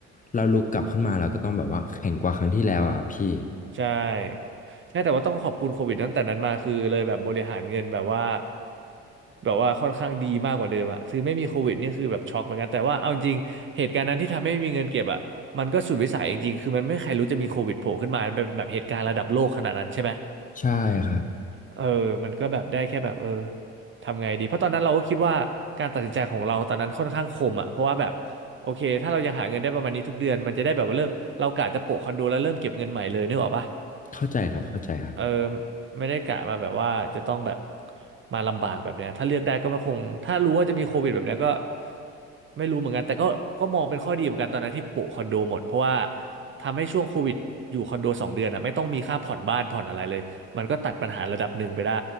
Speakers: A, on the left; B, on the right.
A: เราลุกกลับขึ้นมาเราก็ต้องแบบว่าแข็งกว่าครั้งที่แล้วอ่ะพี่
B: ใช่ใช่แต่ว่าต้องขอบคุณโควิดตั้งแต่นั้นมาคือเลยแบบบริหารเงินแบบว่าแบบว่าค่อนข้างดีมากกว่าเดิมอะคือไม่มีโควิดนี่คือแบบช็อกเหมือนกันแต่ว่าเอาจริงเหตุการณ์นั้นที่ทำให้ไม่มีเงินเก็บอะมันก็สุดวิสัยจริงๆคือมันไม่มีใครรู้จะมีโควิดโผล่ขึ้นมามันเป็นแบบเหตุการณ์ระดับโลกขนาดนั้นใช่ไหม
A: ใช่ครับ
B: เออมันก็แบบได้แค่แบบเออทำไงดี เพราะตอนนั้นเราก็คิดว่าการตัดสินใจของเราตอนนั้นค่อนข้างคมอ่ะเพราะว่าแบบโอเคถ้าเรายังหาเงินได้ประมาณนี้ทุกเดือน มันจะได้แบบว่าเริ่มเรากะจะโปะคอนโดแล้วเริ่มเก็บเงินใหม่เลยนึกออกปะ
A: เข้าใจครับเข้าใจครับ
B: เออไม่ได้กะมาแบบว่าจะต้องแบบมาลำบากแบบเนี้ยถ้าเลือกได้ก็ไม่คงถ้ารู้ว่าจะมีโควิดแบบเนี้ยก็ไม่รู้เหมือนกันแต่ก็ก็มองเป็นข้อดีเหมือนกันตอนนั้นที่โปะคอนโดหมดเพราะว่าทำให้ช่วงโควิดอยู่คอนโดสองเดือนอ่ะไม่ต้องมีค่าผ่อนบ้านผ่อนอะไรเลยมันก็ตัดปัญหาระดับหนึ่งไปได้